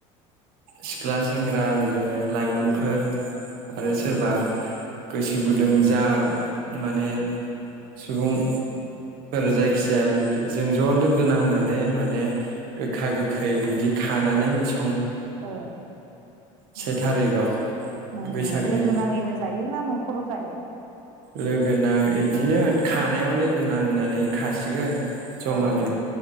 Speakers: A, on the right; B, on the right.
A: सिख्ला सेंग्रा जे, लाइमोनफोर
B: औ औ
A: आरो
B: औ
A: सोरबा गोसो गुदुं जा माने सुबुं फोर
B: औ
A: जायखिजाया बेफोर जों ज' लोगो गोनानै माने गोखा गोखै बिदि खानानै स
B: औ ओम
A: से थारिखाव
B: ओम
A: बैसागनि
B: ओम लोगो नाङैनो जायो ना न'खराव जायो?
A: लोगो नां बिदिनो खानायाव लोगो नांनानै खासिगोन ज'मानो
B: औ औ